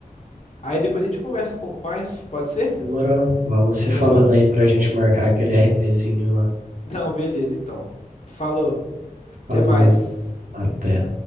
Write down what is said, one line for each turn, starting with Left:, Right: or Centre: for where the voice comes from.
Left: Aí depois a gente conversa um pouco mais, pode ser?
Right: Demorou? Vamos se
Left: Demorou?
Right: falando aí pra gente marcar aquele RPzinho lá.
Left: <laughs> Não, beleza, então. Falou, até
Right: Falou,
Left: mais.
Right: até.